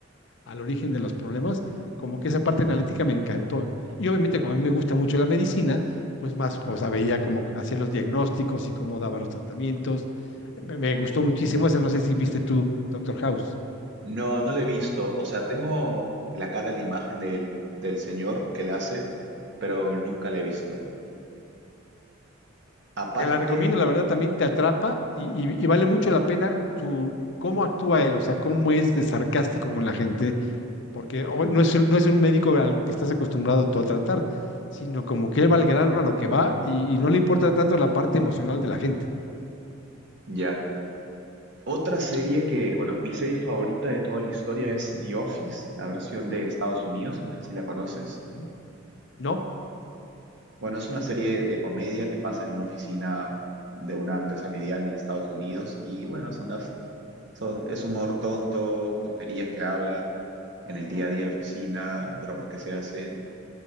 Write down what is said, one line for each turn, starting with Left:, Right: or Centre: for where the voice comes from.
Left: al origen de los problemas, como que esa parte analítica me encantó. Y obviamente como a mí me gusta mucho la medicina, pues más, o sea, veía cómo hacía los diagnósticos y cómo daba los tratamientos. Me, me gustó muchísimo esa, no sé si viste tú, Doctor House.
Right: No, no la he visto. O sea, tengo la cara, la imagen del, del señor que la hace, pero nunca la he visto. Aparte,
Left: Te la recomiendo, la verdad también te atrapa y, y- y vale mucho la pena tu, cómo actúa él, o sea, cómo es de sarcástico con la gente, porque o- no es, un- no es un médico al que estás acostumbrado tú a tratar, sino como que él va al grano a lo que va y, y no le importa tanto la parte emocional de la gente.
Right: ya. Otra serie que, bueno, mi serie favorita de toda la historia es The Office, la versión de Estados Unidos, no sé si la conoces.
Left: Ujú. ¿No?
Right: Bueno, es una serie de comedia que pasa en una oficina de una empresa mediana en Estados Unidos y bueno, son las Son- es humor tonto, tonterías que hablan en el día a día de la oficina, bromas que se hacen.